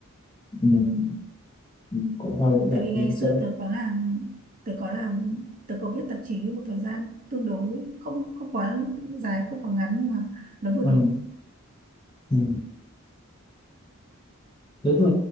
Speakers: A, on the left; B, on the right.
A: mình mình cũng hơi dễ dàng
B: tại vì ngày
A: trên
B: xưa
A: xe
B: tớ có làm tớ có làm tớ có viết tạp chí một thời gian tương đối không không quá dài không quá ngắn nhưng mà nó vừa
A: ừ.
B: đủ
A: Ừ. thế thì